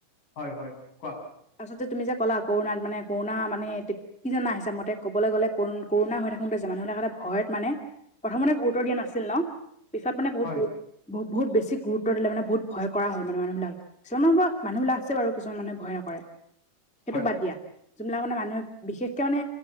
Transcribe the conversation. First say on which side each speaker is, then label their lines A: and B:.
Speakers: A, on the left; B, in the centre.
A: হয়-হয় কোৱা?
B: তাৰপাছতে তুমি যে ক'লা কৰোণাত মানে কৰোণা মানে কি জানা হিচাবমতে ক'বলে গ'লে ক কৰোনা হৈ থাকোতে যে মানুহ ভয়ত মানে প্ৰথমতে গুৰুত্ব দিয়া নাছিল ন। পিছত মানে বহুত
A: হয়
B: গুৰুত্ব বহুত বেছি গুৰুত্ব দিলে মেনে বহুত ভয় কৰা হয় মানুহবিলাক। কিছুমান বাৰু মানুহ আছে বাৰু কিছুমান মানুহে ভয় নকৰে, সেইটোক
A: হয়
B: বাদ দিয়া। যোনবিলাক মানে মানুহে বিশেষকে মানে